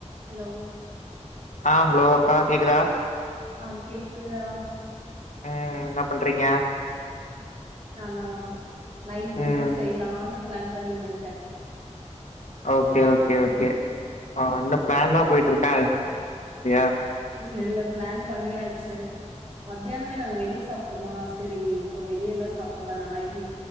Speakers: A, on the right; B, on the left.
A: Hello
B: ஆ hello அக்கா கேக்குதா
A: ஆ கேக்குதுறா
B: ம் என்ன பண்றிங்க
A: நானா நைட் டின்னர்
B: ம்
A: செய்லான்னு பிளான் பண்ணிணுருக்கே
B: ஓகே ஓகே ஓகே ஆ பிளான்லா போயிட்டுருக்க <unintelligible>
A: இல்ல இல்ல பிளான் பண்ணியாச்சு மத்தயாணமே நாங்க வெளிய சாப்டோமா செரி இப்போ வெளியலா சப்டாவேண நெட்